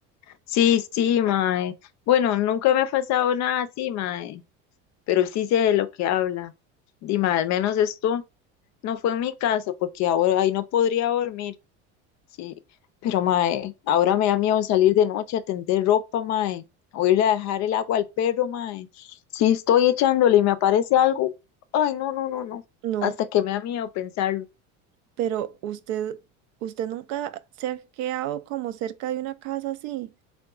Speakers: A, on the left; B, on the right.
A: Sí, sí, mae. Bueno, nunca me ha pasado nada así, mae, pero sí sé de lo que habla. Dime, al menos esto no fue en mi casa, porque ahora ahí no podría dormir. Sí, pero mae, ahora me da miedo salir de noche a tender ropa, mae, o irle a dejar el agua al perro, mae. si estoy echándole y me aparece algo. Ay, no, no, no, no.
B: No.
A: Hasta que me da miedo pensarlo.
B: Pero usted, usted nunca se ha quedado como cerca de una casa así,